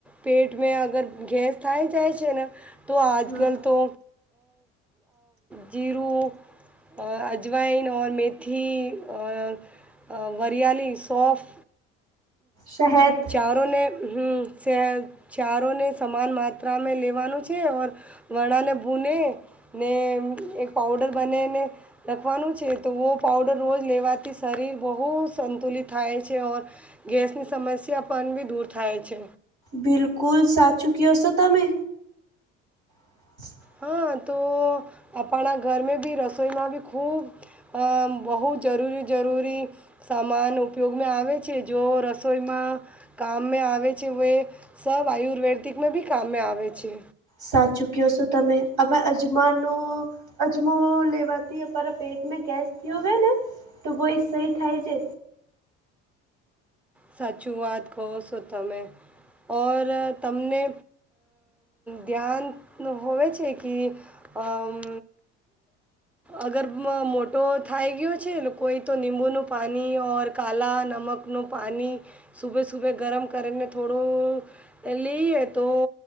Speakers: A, in the centre; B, on the right.
A: પેટ મે અગર ગેસ થાય જાય છે ને તો આ.
B: હમ.
A: અજ કલ તો જીરું અ અજવાૈન મેથી અ વરિયાલી સોફ
B: શહેદ
A: ચાર હ ચારોને સમાન માત્રા લેવાનું છે. વણાને ભૂને ને એક પાવડર બનેને રખવાનું છે. તો વો પાવડર રોજ લેવાથી શરીર બહુ સંતુલિત થાય છે ઓર ગેસની સમસ્યા પણ બી દૂર થાય છે.
B: બિલકુલ સાચું કહશો તમે. <inaudible>
A: હા તો આપણા ઘરમે બી રસોઈમાં બી ખૂબ અ બહુ જરૂરી જરૂરી. સામાન ઉપયોગમાં આવે છે જો રસોઈમાં કામ મે આવે છે વવે સબ આયુર્વેદિક મે ભી કામ મે આવે છે.
B: સાચું ક છો તમે આવે અજમાનો. અજમો લેવાથી અરા પેટમાં ગેસ થયો હોય ને તો બ એ સહી થાય છે.
A: સાચુંઆત કહો સુ તમે. ઓર તમને ધ્યાન હોવે છે કી અમ્મ. અગર મોટો થાય ગયો છે કોઈ તો લીંબુનું પાણી ઓર કાલા નમકનું પાણી સુભે સુભે ગરમ કરીને થોડું લઈએ તો